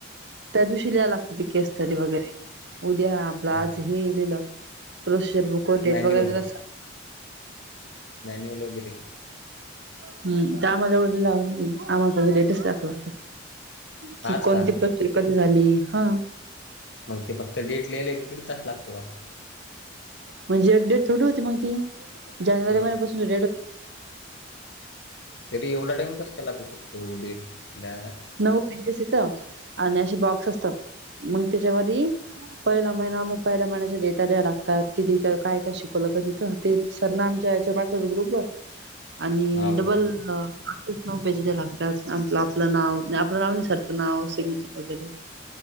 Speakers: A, on the right (about 60°); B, on the left (about 60°).
A: त्या दिवशी लिहायला लागतय ते केस स्टडी वगैरे उद्या आपलं
B: आता
A: आज हे लिहिलं <unintelligible> प्रोसिजर बुक डेट
B: मॅन्युअल
A: वगैरेला
B: <unintelligible> मॅन्युअल वगैरे
A: <unintelligible> हम् आम्हाच्यावढ ला आम्हाला लेटेस्ट दाख लातात. कि
B: आज
A: कोणती
B: का
A: प्रति कधी झाली हा
B: मग ते फक्त डेट लिहिलेला एक दीड तास लागतो का
A: म्हणजे एक डेट थोडी होती मग ती जानेवारी
B: हम्म
A: महिन्यापासून डेट
B: तरी एवढा टाईम कस का लागू शकतो डेटला?
A: नऊ पेजेस असतात आणि असे बॉक्स असतात मग त्याच्यावर पहिला महिना मग पहिल्या महिन्या डेटा द्याय लागतात किती काय काय शिकवलं क तिथं ते सरांना आमच्या या्याच्यावर पाठवतो ग्रुपवर आणि
B: हाव
A: डबल
B: काय
A: आठच नऊ पेजेस लागतात आपलं आपलं नाव आपलं नाव नाही सरचं नाव सिग्नेचर वगैरे